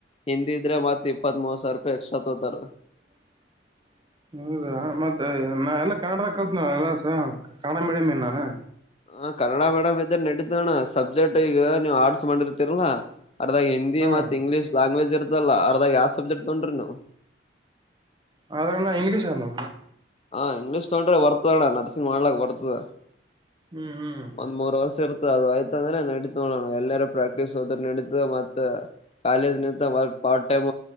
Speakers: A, on the left; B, on the right.
A: ಹಿಂದಿದ್ರೆ ಮತ್ ಇಪ್ಪತ್ ಮೂರ್ ಸಾವಿರ ರೂಪಾಯಿ ಎಕ್ಸ್ಟ್ರಾ ತೋತಾರ
B: <unintelligible> ಹೌದಾ ಮತ್ತೆ ನಾ ಎಲ್ಲ ಕಾಣ್ರಲ್ತ್ ಎಲ್ಲಸ ಕ ಮಿಡಮನ್ ನಾನ
A: ಹ ಕನ್ನಡ ಮೇಡಮಂ ಇದ್ದ ನಡೀತಣ ಸಬ್ಜೆಕ್ಟ್ ಈಗ ನೀವು ಆರ್ಡ್ಸ್ ಮಾಡಿರ್ತಿೀರಲ್ಲಾ ಅರ್ದಾಗ ಹಿಂದಿ
B: ಹಾ
A: ಮತ್ ಇಂಗ್ಲೀಷ್ ಲ್ಯಾಂಗ್ವೇಜ್ ಇರ್ತಲ್ಲ ಅರ್ದಾಗ ಯಾವ ಸಬ್ಜೆಕ್ಟ್ ತೊೊಂಡ್ರಿ ನೀವು
B: ಆದ್ರಣ ಇಂಗ್ಲೀಷ್ ಅನು
A: ಹ ಇಂಗ್ಲೀಷ್ ತೊೊಂಡ್ರೆ ಬರ್ತದ ಅಡ ನರ್ಸಿಂಗ್ ಮಾಡ್ಲಕ್ ಬರ್ತದ
B: ಹ್ಮ್ ಹ್ಮ್
A: ಒಂದ್ ಮೂರ್ ವರ್ಷ ಇರ್ತದೆ ಅದು ಆಯ್ತ ಅಂದ್ರೆ ನಡೀತ್ ನೋಡೋಣ ಎಲ್ಲರ ಪ್ರಾಕ್ಟೀಸ್ ಹೋದ ನಡತ ಮತ್ತ ಕಾಲೇಜ್ ನಿಂತ ಪಾರ್ಟ್ ಟೈಮ್